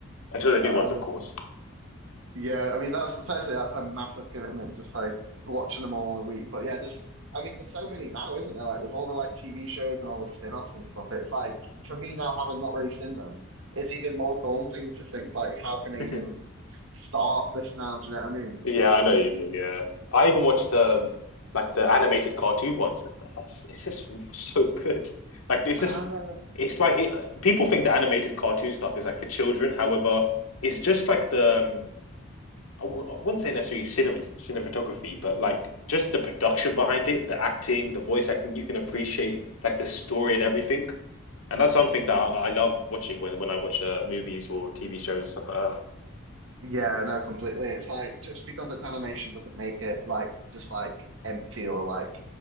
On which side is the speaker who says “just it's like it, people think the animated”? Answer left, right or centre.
Left